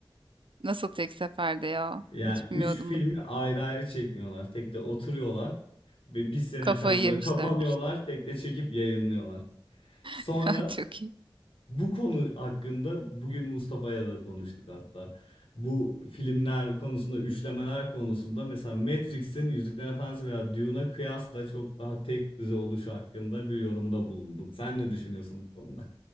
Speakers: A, on the right; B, on the left.
A: Nasıl tek seferde ya?
B: Yani
A: Hiç bilmiyordum
B: üç filmi
A: bunu.
B: ayrı ayrı çekmiyorlar. Tek de oturuyorlar ve bir sene
A: Kafayı
B: falan
A: yemişler.
B: böyle kapanıyorlar, tek de çekip yayınlıyorlar. Sonra
A: <laughs> Çok iyi.
B: Bu konu hakkında bugün Mustafa'ya da konuştuk hatta. Bu filmler konusunda, üçlemeler konusunda mesela Matrix'in Yüzüklerin Efendisi veya Dune'a kıyasla çok daha tek düze oluşu hakkında bir yorumda bulunduk. Sen ne düşünüyorsun bu konuda?